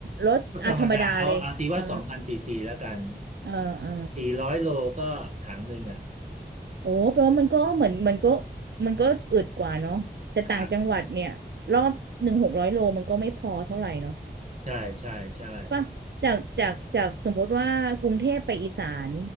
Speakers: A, on the right; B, on the right.
A: รถอ่าธรรมดาเลยเออ
B: รถธรรมดาเอาเอาตีว่าสองพันซีซีแล้วกัน
A: เออเออ
B: สี่ร้อยโลก็ถังหนึ่งอ่ะ
A: โอ้แปลว่ามันก็เหมือนมันก็มันก็อึดกว่าเนาะแต่ต่างจังหวัดเนี่ยรอบหนึ่งหกร้อยโลมันก็ไม่พอเท่าไหร่เนาะ
B: ครับใช่ใช่ใช่
A: ป่ะจากจากจากสมมติว่ากรุงเทพไปอีสาน